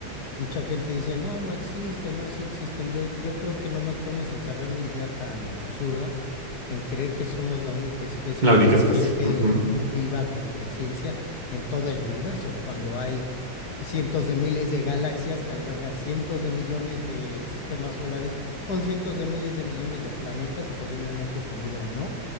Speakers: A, on the left; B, on the right.
A: Mucha gente dice, no, no existen, no, sí existen. Yo, yo creo que no nos podemos encerrar en una idea tan absurda, en creer que somos la única especie
B: La
A: inteligente
B: única especie. Ujú.
A: o viva con conciencia en todo el universo, cuando hay cientos de miles de galaxias que albergan cientos de millones de sistemas solares, con cientos de miles de millones de planetas, posiblemente con vida o no,